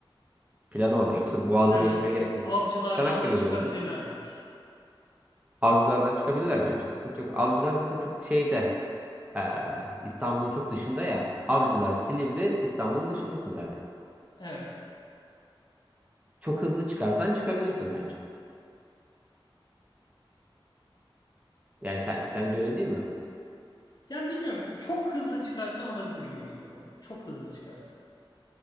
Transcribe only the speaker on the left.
Yani
avcılardan
da çıkabilirler
diyorsun.
Evet.
Yani bilmiyorum. Çok hızlı çıkarsan olabilir gibi geliyor bana. Çok hızlı çıkarsan.